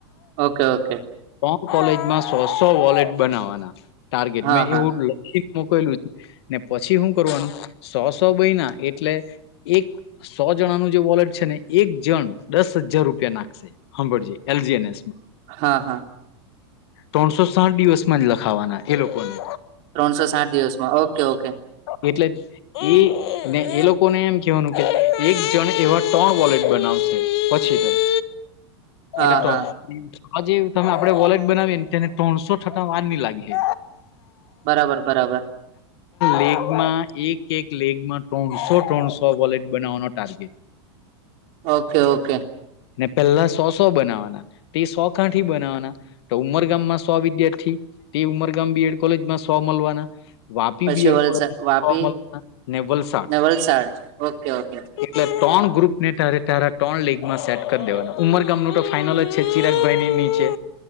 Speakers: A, on the right; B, on the left.
A: ઓકે ઓકે
B: તોણ કોલેજમાં સો સો વોલેટ બનાવવાના ટાર્ગેટ
A: હા
B: મેં
A: હા
B: એવું. મોકેલું છે ને પછી શું કરવાનું સો સો બયના એટલે એક સો જણાનું જે વોલેટ છે ને એક જણ દસ હજાર રૂપિયા નાખશે હાભળજે એલજે ને
A: હા હા
B: ત્રણસો સાઠ દિવસમાં જ લખાવાના એ લોકોને
A: ત્રણસો સાઠ દિવસમાં ઓકે ઓકે
B: એટલે જ એને એ લોકોને એમ કહેવાનું કે એક જણ એવા ત્રણ વોલેટ બનાવશે <inaudible>
A: <inaudible>
B: એટલે તો
A: હા
B: આ જે તમે આપડે વોલેટ બનાવીએ ને તેને ત્રણસો થતા વાર ની લાગે હ
A: બરાબર બરાબર
B: લેગમાં એક એક લેગમાં ત્રણસો ત્રણસો બોલેટ બનાવવાનો ટાર્ગેટ
A: ઓકે ઓકે
B: પેલા સોસો બનાવાના તે સો કાંઠી બનાવવાના તો ઉમરગામમાં સો વિદ્યાર્થી, તે ઉમરગામ બીએડ કોલેજમાં સો મળવાના, વાપી
A: પછી
B: બીએડ
A: વલસા
B: કોલેજ
A: વાપી
B: માંથી ને વલસાડ
A: ને વલસાડ ઓકે ઓકે
B: એટલે ત્રણ ગ્રુપ ને તારે તારા ત્રણ લેગમાં સેટ કરી દેવાના ઉમરગામ નુ તો ફાઈનલ જ છે ચિરાગભાઈની નીચે